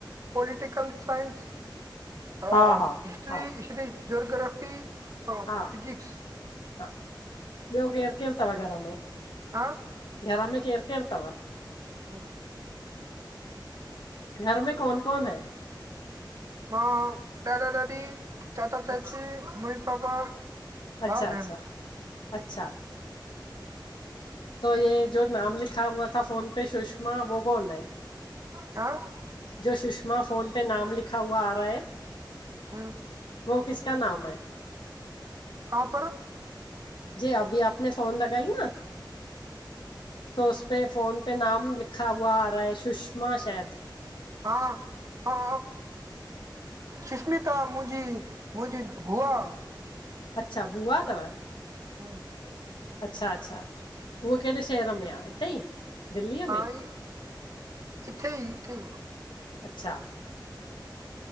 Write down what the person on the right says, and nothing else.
पॉलिटिकल science अंउ
हिस्ट्री्ट्,
जियोग्राफी, फिजिक्स
हा
हम <inaudible>
मां ॾाॾा- ॾाॾी, चाचा- चाची,
मम्मी- पापा भाउ
भेण
ह <inaudible>
हम <inaudible>
क पर <inaudible>
हा हा सुष्मिता मुंजी मुंजी बुआ
हम
हा ई इथे ई इथे ई।